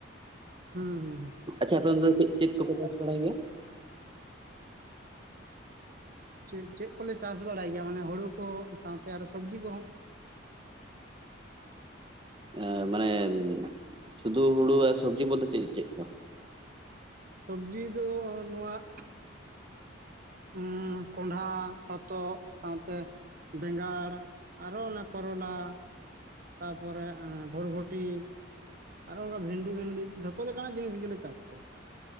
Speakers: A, on the right; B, on the right.
A: ᱦᱩᱸ ᱦᱩᱸ ᱦᱩᱸ ᱾
B: ᱟᱪᱪᱷᱟ, ᱟᱯᱮ ᱚᱱᱛᱮ ᱫᱚ ᱪᱮᱫ ᱪᱮᱫ ᱠᱚᱯᱮ ᱪᱟᱥ ᱵᱟᱲᱟᱭ ᱜᱮᱭᱟ?
A: ᱪᱮᱫ ᱪᱮᱫ ᱠᱚᱞᱮ ᱪᱟᱥ ᱵᱟᱲᱟᱭ ᱜᱮᱭᱟ, ᱢᱟᱱᱮ ᱦᱩᱲᱩ ᱠᱚ ᱥᱟᱶᱛᱮ ᱟᱨᱦᱚᱸ ᱥᱚᱵᱽᱡᱤ ᱠᱚᱦᱚᱸ᱾
B: ᱟᱹ ᱢᱟᱱᱮ ᱥᱩᱫᱷᱩ ᱦᱩᱲᱩ ᱟᱨ ᱥᱚᱵᱽᱡᱤ ᱠᱚᱫᱚ ᱪᱮᱫᱼᱪᱮᱫ ᱠᱚ?
A: ᱥᱚᱵᱽᱡᱤ ᱫᱚ ᱱᱚᱣᱟ᱾ ᱦᱩᱸ, ᱠᱚᱱᱰᱷᱟ ᱦᱚᱛᱚᱫ ᱥᱟᱶᱛᱮ ᱵᱮᱸᱜᱟᱲ ᱟᱨᱦᱚᱸ ᱚᱱᱟ ᱠᱚᱨᱚᱞᱟ᱾ ᱛᱟᱯᱚᱨᱮ ᱵᱷᱚᱨᱵᱷᱚᱴᱤ᱾ ᱟᱨᱦᱚᱸ ᱚᱱᱠᱟ ᱵᱷᱮᱱᱰᱤ ᱵᱷᱮᱱᱰᱤ ᱡᱚᱛᱚ ᱞᱮᱠᱟᱱᱟᱜ ᱡᱤᱱᱤᱥ ᱜᱮᱞᱮ ᱪᱟᱥ ᱠᱮᱭᱟ᱾